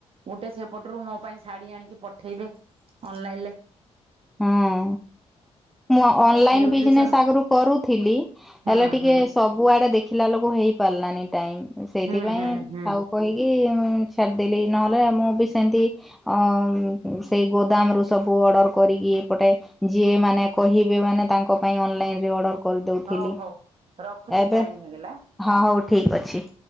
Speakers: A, on the right; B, in the centre.
A: ଗୋଟେ ସେପଟରୁ ମୋ ପାଇଁ ଶାଢୀ ଆଣିକି ପଠେଇବେ ଅନଲାଇଲରେ।
B: ହୁଁ ମୁଁ ଅନଲାଇନ
A: ନ୍ୟୁଟ୍ରିସନ
B: ବିଜନେସ୍ ଆଗରୁ କରୁଥିଲି
A: ହୁଁ
B: ହେଲେ ଟିକେ
A: ହୁଁ
B: ସବ୍ ବୁଆଡେ ଦେଖିଲା ଲୋକ ହେଇପାରିଲାନି ଟାଇମ୍ ସେଇଥିପାଇଁ
A: ହୁଁ ହୁଁ ହୁଁ
B: ଥାଉ। କହିକି ଉଁ ଛାଡ଼ିଦେଲି ନହେଲେ ମୁଁ ବି ସେମିତି ଅଂ ସେଇ ଗୋଦାମରୁ ସବୁ ଅର୍ଡ଼ର କରିକି ଏପଟେ ଯିଏ ମାନେ କହିବେ ମାନେ ତାଙ୍କ ପାଇଁ ଅନଲାଇନ ରେ ଅର୍ଡର କରିଦଉଥିଲି
A: ହଉ ହଉ ରଖୁଛି
B: ଏବେ
A: ଟାଇମ ହେଇଗଲା।
B: ହଁ ହଉ ଠିକ୍ ଅଛି।